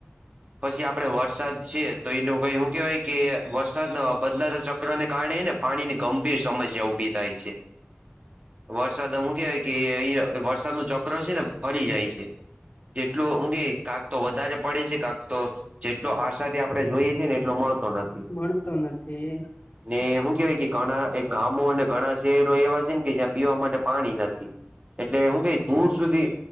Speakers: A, on the right; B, on the left.
A: પછી આપણે વરસાદ છે તો એનું કે શું કેહેવાય કે વરસાદ બદલાતા ચ ચકરાને કારણે ને પાણીની ગંભીર સમસ્યા ઉભી થાય છે.
B: હ <inaudible>
A: વરસાદ હું કેવાય કે વરસાદ નું ચક્ર છે ને ફરી જાય છે. જેટલો ઊંગે કાક તો વધારે પડે છે. કાક તો જેટલો આશાથી આપણે જોઈએ છેએ ને એટલો મળતો નથી.
B: મળતો નથી.
A: ને હું કેવાય કે ઘણા એક ગામો અને ઘણા શહેરો એવા છે ને, કે જ્યાં પીવા માટે પાણી નથી.
B: <inaudible>
A: એટલે હું કઈ દૂર સુધી